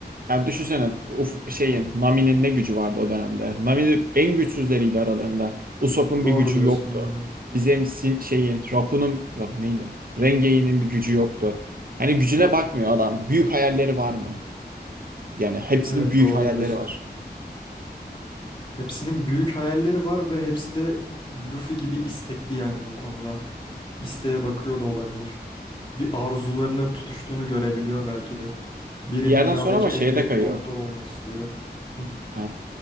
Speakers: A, on the right; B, on the left.
A: Yani düşünsene uf, şeyin Nami'nin ne gücü vardı o dönemde. Nami en güçsüzleriydi aralarında. Usopp'un
B: Doğru
A: bir gücü
B: diyorsun
A: yok.
B: aynen.
A: bizim sin- şeyin Rapun'un Ra- neydi? Rengeyi'nin bir gücü yoktu. Hani gücüne bakmıyor adam. Büyük hayalleri var mı? Yani hepsinin
B: Evet
A: büyük
B: doğru
A: hayalleri
B: diyorsun.
A: var.
B: Hepsinin büyük hayalleri var ve hepsi de Luffy gibi istekli yani bu konuda. İsteğe bakıyor da olabilir. bir arzularının tutuştuğunu görebiliyor belki de. Biri
A: Bir yerden
B: dünyadaki
A: sonra ama şeye
B: en büyük
A: de kayıyor.
B: doktor olmak istiyor. Hı.
A: Ee,